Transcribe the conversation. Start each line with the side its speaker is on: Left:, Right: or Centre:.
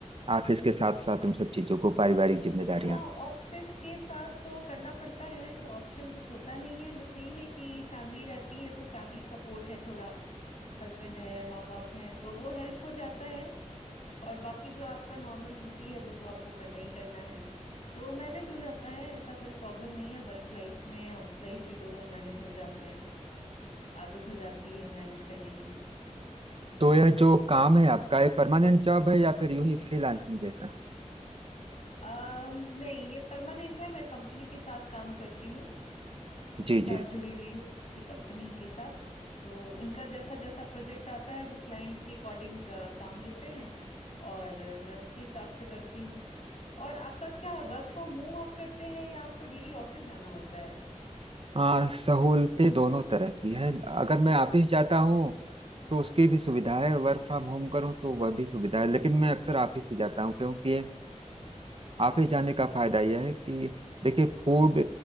Right: ऑफिस के साथ साथ उन सब चीजों को पारिवारिक जिम्मेदारियां
Left: हाँ ऑफिस के साथ तो करना पड़ता है ऑप्शन कुछ होता नहीं है बस यही है कि फैमिली रहती है तो फैमिली सपोर्ट है थोड़ा हस्बैंड है माँ बाप हैं तो वो हेल्प हो जाता है और बाकी जो आपका नॉर्मल ड्यूटी है वो तो आपको करना ही करना है तो मैनेज हो जाता है ऐसा कोई प्रॉब्लम नहीं है वर्क लाइफ में हाउस लाइफ भी दोनों मैनेज हो जाते हैं आदत हो जाती है मैनेज करने की
Right: तो यह जो काम है आपका ये परमानेंट जॉब है या फिर यूं ही फ्रीलांसिंग जैसा
Left: अम नहीं ये परमानेंट है मैं कंपनी के साथ काम करती हूँ उनके
Right: जी
Left: साथ
Right: जी
Left: जुड़ी हुई हूँ किसी कंपनी के साथ तो उनका जैसा जैसा प्रोजेक्ट आता है वो क्लाइंट के अकॉर्डिंग काम लेते हैं और अ, मैं उसके हिसाब से करती हूँ और आपका क्या वर्क फ्रॉम होम आप करते हैं या आपको डेली ऑफिस जाना होता है
Right: हाँ सहूलतें दोनों तरह की है अगर मैं ऑफिस जाता हूँ तो उसकी भी सुविधा है वर्क फ्रॉम होम करूँ तो वह भी सुविधा है लेकिन मैं अक्सर ऑफिस ही जाता हूँ क्योंकि ऑफिस जाने का फायदा यह है कि देखिए फूड